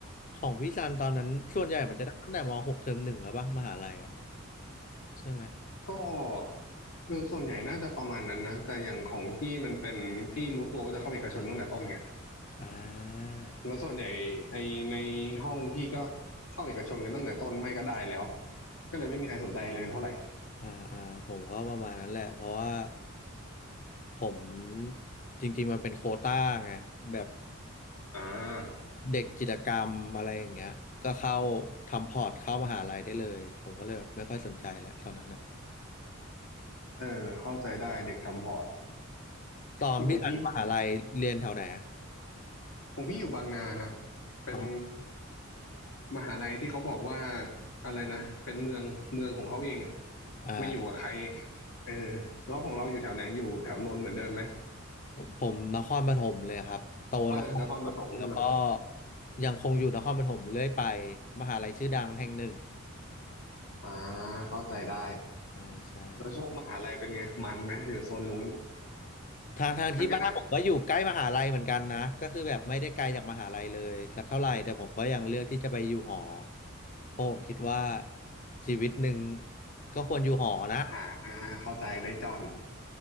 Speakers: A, on the left; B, on the left.
A: ของพี่ซันตอนนั้นส่วนใหญ่มันจะได้ตั้งแต่ม .6 เทอมหนึ่งแล้วป่ะมหาลัยอ่ะใช่ไหม
B: ก็เออส่วนใหญ่น่าจะประมาณนั้นนะแต่อย่างของพี่มันเป็นพี่รู้ตัวว่าจะเข้าเอกชนตั้งแต่ต้นไง
A: อ่า
B: แล้วส่วนใหญ่ไอในห้องพี่ก็เข้าเอกชนกันตั้งแต่ต้นไม่ก็ได้แล้วก็เลยไม่มีใครสนใจอะไรกันเท่าไหร่
A: อ่าอ่าผมก็ประมาณนั้นแหละเพราะว่าผมจริงๆมันเป็นโควต้าไงแบบ
B: อ่า
A: เด็กกิจกรรมอะไรอย่างเงี้ยก็เข้าทำพอร์ตเข้ามหาลัยได้เลยผมก็เลยแบบไม่ค่อยสนใจแล้วตอนนั้นนะ
B: เออเข้าใจได้เด็กทำพอร์ต
A: ตอนพี่ทันมหาลัยเรียนแถวไหนอะ
B: เรื่องของพี่ของพี่อยู่บางนาฮะเป็น
A: อ๋อ
B: มหาลัยที่เขาบอกว่าอะไรนะเป็นเมืองเมืองของเขาเองอะ
A: อ่า
B: ไม่อยู่กับใครเออแล้วของเราอยู่แถวไหนอยู่แถวนนท์เหมือนเดิมไหม
A: ผมนครปฐมเลยครับโตนครปฐมแล้วก็
B: เออนครปฐมใช่ไหม
A: ยังคงอยู่นครปฐมเรื่อยไปมหาลัยชื่อดังแห่งหนึ่ง
B: อ่าเข้าใจได้
A: ใช่ใช่
B: แล้วช่วงมหาลัยเป็นไงมันนะอยู่โซนนู้น
A: ทางทางที่บ้านผมก็อยู่ใกล้มหาลัยเหมือนกันนะก็คือแบบไม่ได้ไกลจากมหาลัยเลยสักเท่าไหร่แต่ผมก็ยังเลือกที่จะไปอยู่หอ
B: มันก็น่าจะ
A: เพราะผมคิดว่าชีวิตหนึ่งก็ควรอยู่หอนะ
B: ผ่านนะเข้าใจได้จอน